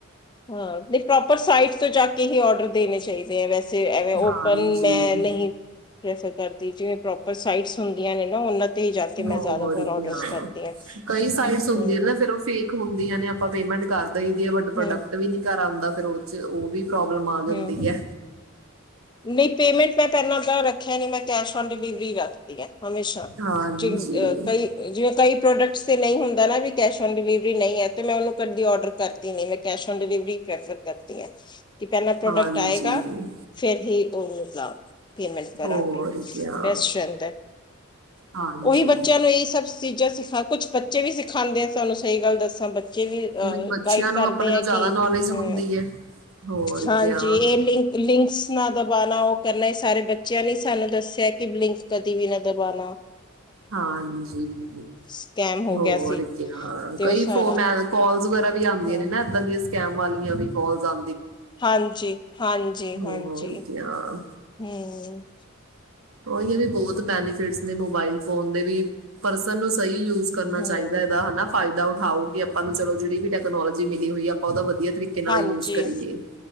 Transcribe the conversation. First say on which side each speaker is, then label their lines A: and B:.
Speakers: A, on the left (about 20°); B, on the right (about 75°).
A: ਹਾਂ ਨਹੀਂ ਪ੍ਰੋਪਰ ਸਾਈਟ ਤੋਂ ਜਾ ਕੇ ਹੀ ਔਡਰ ਦੇਣੇ ਚਾਹੀਦੇ ਹੈ ਵੈ ਸੇ ਏਂਵੇਂ
B: ਹੈ
A: ਓਪਨ
B: ਹਾਂਜੀ
A: ਮੈਂ ਨਹੀਂ ਰਹਿ ਸਕ ਕਰਦੀ ਜਿਵੇਂ ਪ੍ਰੋਪਰ ਸਾਈਟਸ ਹੁੰਦੀਆਂ ਨੇ ਨਾ ਉਹਨਾਂ ਤੇ ਹੀ ਜਾ ਕੇ
B: ਹੋਰ
A: ਮੈਂ ਜ਼ਿਆਦਾਤਰ ਔਡਰਸ
B: ਕਿਆ
A: ਕਰਦੀ ਹਾਂ।
B: ਕਈ ਸਾਈਡਸ ਹੁੰਦੀਆਂ
A: ਹਮ
B: ਨੇ ਨਾ ਫਿਰ ਉਹ ਫੇਕ ਹੁੰਦੀਆ ਨੇ। ਆਪਾਂ ਪੇਮੈਂਟ ਕਰ ਦਈ ਦੀ ਆ ਬਟ ਪ੍ਰੋਡਕਟ
A: ਹਮ
B: ਵੀ ਨੀ ਕਰ ਆਉਂਦਾ ਫੇਰ ਉਹ ਚ ਉਹ ਵੀ ਪ੍ਰੋਬਲਮ ਆ ਜਾਂ
A: ਹਮ
B: ਜਾਂਦੀ
A: ਹਮ
B: ਏ।
A: ਨਹੀਂ ਪੇਮੈਂਟ ਮੈਂ ਪਹਿਲਾਂਦਾ ਰੱਖਿਆ ਨੀ ਮੈਂ ਕੈਸ਼ਔਨ ਡ ਡਿਲੀਵਰੀ ਰਾਖਤੀ ਹ ਹਮੇਸ਼ਾ
B: ਹਾਂਜੀ
A: ਜਿ ਕਈ ਜਿਵੇਂ ਕਈ ਪ੍ਰੋਡਕਟਸ ' ਨਹੀਂ ਹੁੰਦਾ ਨਾ ਵੀ ਕੈਸ਼ ਔਨ ਡਿਲੀਵਰੀ ਨਹੀਂ ਹੈ ਅਤੇ ਮੈਂ ਉਹਨੂੰ ਕੱਢਦੀ ਔਡਰ ਕਰਤੀ ਨਹੀਂ ਮੈਂ ਕੈਸ਼ ਔਨ ਡਿਲੀਵਰੀ ਪ੍ਰੈਫਰ ਕਰਦੀ ਆਂ ਕਿ ਪਹਿਲਾਾਂ ਪ੍ਰੋਡਕਟ
B: ਹਾਂਜੀ,
A: ਆਏਗਾ। <unintelligible> ਪੇਮੈਂਟ ਕਰਾਂਗੇ
B: ਹੋਰ ਕਿਆ
A: ਬੈਸਟ ਰਹਿੰਦਾ ਹੈ।
B: ਹਾਂਜੀ,
A: ਉਹੀ ਬੱਚਿਆਂ ਨੂੰ ਇਹੀ ਸਭ ਚੀਜ਼ਾਂ ਸਿਖਾ ਕੁਛ ਬੱਚੇ ਵੀ ਸਿਖਾਉਂਦੇ ਆ ਸਾਨੂੰ ਸਹੀ ਗੱਲ ਦੱਸਾਂ ਬ ਜੇ ਵੀ ਅ
B: ਨਹੀਂ ਬੱਚਿਆਂ
A: ਗਾਈਡ
B: ਨੂੰ
A: ਕਰਦੇ
B: ਆਪਣੇ ਤੋਂ
A: ਆ
B: ਜ਼ਿਆਦਾ
A: ਕਿ
B: ਨੌਲੇਜ ਹੁੰਦੀ
A: ਅ
B: ਹੈ। ਹੋਰ
A: ਹਾਂਜੀ
B: ਕਿਆ
A: ਇਹ ਲਿੰਕ ਲਿੰਕਸ ਨਾ ਦਬਾਉਣਾ ਉਹ ਕਰਨਾ ਸਾਰੇ ਬੱਚਿਆਂ ਨੇ ਸਾਨੂੰ ਦੱਸਿਆ ਕਿ ਬਲਿੰਕ ਕਦੇ ਵੀ ਨਾ ਦਬਾਉਣਾ।
B: ਹਾਂਜੀ
A: ਸਕੈਮ ਹੋ
B: ਹੋਰ
A: ਗਿਆ ਸੀ
B: ਕਿਆ।
A: ਤੇ
B: ਕਈ
A: ਉਹ ਸਾਰਾ
B: ਫੋਨ ਕੋਲ ਵਗੈਰਾ ਵੀ ਆਉਂਦੀਆਂ
A: ਹਾਂ
B: ਨੇ ਨਾ ਦਾਂ ਦੀਆਂ ਸਕੈਮ ਵਾਲੀਆਂ ਵੀ ਕੋਲਸ ਆਂ
A: ਹਾਂਜੀ ਹਾਂਜੀ
B: ਹੋਰ
A: ਹਾਂਜੀ
B: ਕਿਆ
A: ਹੂੰ <inaudible>
B: ਓਹ ਵੀ ਬਹੁਤ ਬੈਨੀਫਿਟਸ ਨੇ ਮੋਬਾਈਲਸ ਫੋਨ ਦੇ ਵੀ ਪਰਸਨ ਨੂੰ ਸਹੀ ਯੂਜ ਕਰਨਾ
A: ਹਮ
B: ਚਾਹੀਦਾ ਇਹਦਾ ਹਨਾ। ਫਾਇਦਾ ਉਠਾਓਗੇ ਆਪਾਂ ਨੂੰ ਚਲੋ ਜਿਹੜੀ ਵੀ ਟੈਕਨੋਲੋਜੀ ਮਿਲੀ ਹੋਈ ਆ ਉਹਦਾ ਵਧੀਆ ਤਰੀਕੇ ਨਾਲ
A: ਹਾਂਜੀ
B: ਯੂਜ ਕਰੀਏ,